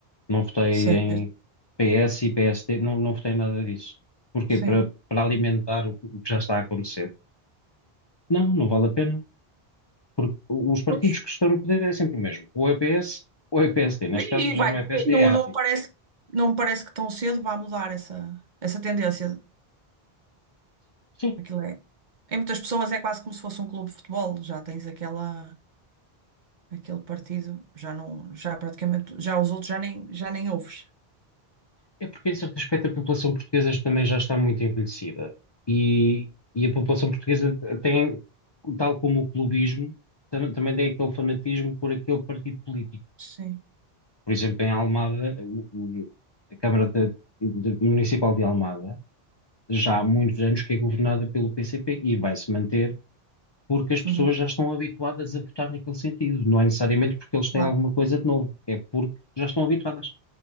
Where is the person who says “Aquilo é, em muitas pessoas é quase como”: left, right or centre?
Right